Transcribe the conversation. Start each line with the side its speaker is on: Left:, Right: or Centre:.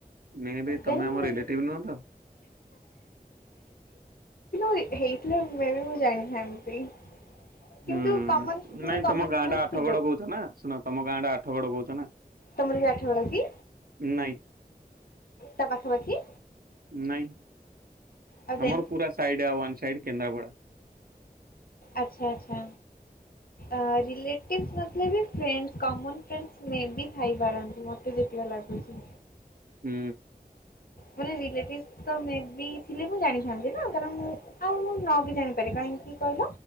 Right: ମେ ବି
Left: ଦେନ୍
Right: ତମେ ଆମର ରିିଲେଟିଭ୍ ନୁହତ?
Left: ସେ ହେଇଥିଲେ ମେବି ମୁଁ ଜାଣିଥାନ୍ତି। କିନ୍ତୁ
Right: ହୁଁ
Left: କମନ ମାନେ
Right: ନାଇଁ
Left: କମନ
Right: ତମ ଗାଁଟା
Left: ଫ୍ରେଣ୍ଡସ୍
Right: ଆଠଗଡ
Left: ଥିବେ
Right: କହୁଛ ନା ଶୁଣ ତମ ଗାଁ ଟା ଆଠଗଡ କହୁଛ ନା
Left: ତମର ବି ଆଠଗଡ କି?
Right: ନାଇଁ
Left: ତା ପାଖାପାଖି
Right: ନାଇଁ
Left: ଆଉ ଦେନ୍
Right: ଆମର ପୁରା ସାଇଡ୍ ଆ ୱାନ୍ ସାଇଡ କେନ୍ଦ୍ରାପଡା।
Left: ଆଚ୍ଛା ଆଚ୍ଛା। ଆ ରେଲେଟିଭ୍ ନଥିଲେ ବି ଫ୍ରେଣ୍ଡସ୍ କମନ୍ ଫ୍ରେଣ୍ଡସ୍ ମେ ବି ଥାଇପାରନ୍ତି ମତେ ଯେତିକି <unintelligible> ଲାଗୁଚି।
Right: ହୁଁ।
Left: ମାନେ ରିଲେଟିଭ୍ ତ ମେ ବି ଥିଲେ ମୁଁ ଜାଣିଥାନ୍ତି ନା କାରଣ ମୁଁ ଆଉ ମୁଁ ନ ବି ଜାଣିପାରେ କାହିଁକି କହିଲ